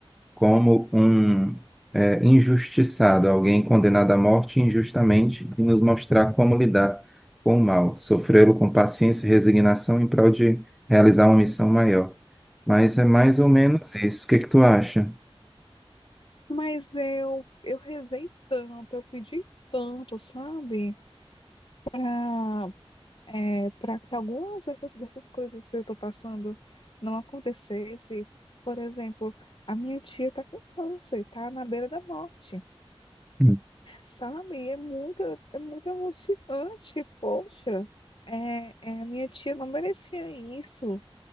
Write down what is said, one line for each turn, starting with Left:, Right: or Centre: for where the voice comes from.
Centre: como um é, injustiçado, alguém condenado à morte injustamente, e nos mostrar como lidar com o mal, sofrê-lo com paciência e resignação em prol de realizar uma missão maior. Mas é mais ou menos isso. O que que tu acha?
Left: Mas eu, eu rezei tanto, eu pedi tanto, sabe? Para é, para que algumas dessas, dessas coisas que eu estou passando não acontecesse. Por exemplo, a minha tia está com câncer, está na beira da morte.
Centre: Hum,
Left: sabe? É muito, é muito emocionante, poxa. É, é, a minha tia não merecia isso.